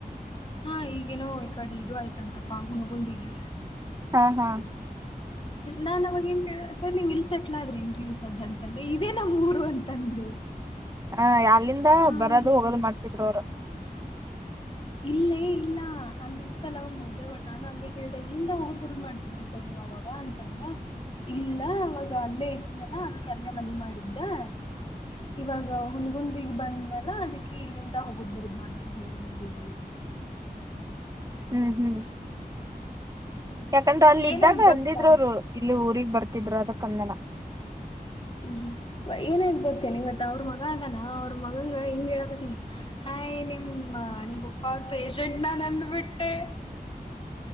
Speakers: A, on the left; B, on the right.
A: ಹಾ ಈಗೇನೋ ಈ ಕಡೆ ಇದು ಆಯ್ತಂತಪ್ಪಾ ಹುನಗುಂದಿಗೆ
B: ಹಾ ಹಾ
A: ನಾನ್ ಅವಾಗ ಏನ್ ಕೇಳ್ದೆ ಸರ್ ನೀವ್ ಇಲ್ಸೆಟ್ಲ ಆದ್ರಿ ಏನ್ರೀ ಸದ್ಯ ಅಂತಂದ್ರೆ ಇದೇ ನಮ್ಮೂರು ಅಂತಂದ್ರು
B: ಹಾ ಅಲ್ಲಿಂದ
A: ಹೌದೇನ
B: ಬರೋದು ಹೋಗೋದು ಮಾಡ್ತಿದ್ರು ಅವ್ರ
A: ಇಲ್ಲೇ ಇಲ್ಲ ಅಲ್ಲಿ ಇತ್ತಲ್ಲ ಅವ ಮುದ್ದೆ ನಾನು ಹಂಗೆ ಕೇಳ್ದ ಇಲ್ಲಿಂದ ಹೋಗುದ್ ಬರುದ್ ಮಾಡ್ತಿದ್ರಿ ಸರ್ ನೀವ್ ಅವಾಗ ಅಂತಂದೆ ಇಲ್ಲ ಅವವಾಗ ಅಲ್ಲೇ ಇದ್ನಲ್ಲ ಅದಕ್ಕೆ ಅಲ್ಲೇ ಮನ ಮಾಡಿದ್ದೆ ಇವಾಗ ಹುನಗುಂದಿಗ್ ಬಂದ್ನೆೆಲ್ಲ ಅದಿಕ್ಕೆ ಇಲ್ಲಿಂದ ಹೋಗುದ್ ಬರುದ್ ಮಾಡ್ತನಿ ಹುಣಗುಂದಿಗ್ <unintelligible>
B: ಹ್ಮ್ ಹ್ಮ್
A: ಹ್ಮ್
B: ಯಾಕಂದ್ರ ಅಲ್ಲ
A: ಏನಾಯ್ತ್
B: ಇದ್ದಾಗ
A: ಗೊತ್ತಾ
B: ಅಂದಿದ್ರ ಅವರು ಇಲ್ಲಿ ಊಗ್ ಬರ್ತಿದ್ರು ಅದಕ್ಕಂದೆನಾ
A: ಹ್ಮ್ ಹ್ಮ್ ಏನ್ಆಯ್ತ್ ಗೊತ್ತೇನ ಇವತ್ ಅವ್ರ ಮಗ ಅದಾನ ಅವ್ರ ಮಗಂಗ ಹಿಂಗ್ ಹೇಳಕತೀನಿ ಹಾಯ ನಿಮ್ ಪಪ್ಪ ಅವ್ರ ಪೇಶಂಟ್ ನಾನ್ ಅಂದಬಿಟ್ಟೆ.